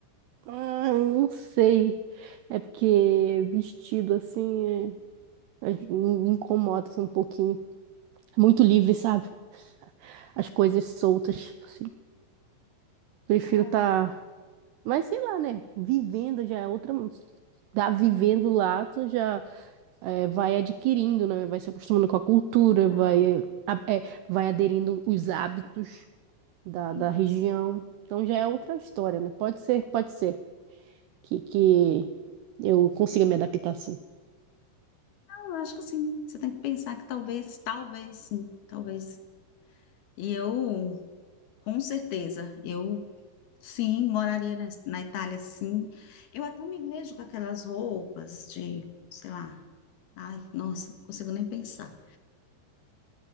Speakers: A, on the right; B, on the left.
A: Ah, eu não sei. É porque vestido assim é- é- me incomoda assim, um pouquinho. Muito livre, sabe? As coisas soltas. assim. Prefiro
B: Ah,
A: estar. Mas sei lá, né? Vivendo já é outra. Tá vivendo lá, tu já é, vai adquirindo, né? Vai se acostumando com a cultura,
B: então,
A: vai, a- é, vai aderindo os hábitos da,
B: então,
A: da região. Então já é outra história, né? Pode ser, pode ser que, que eu consiga me adaptar assim.
B: eu acho que sim. você tem que pensar que talvez, talvez sim, talvez. E eu, com certeza, eu Sim, moraria na, na Itália, sim. Eu até me vejo com aquelas roupas de, sei lá. Ai, nossa, não consigo nem pensar.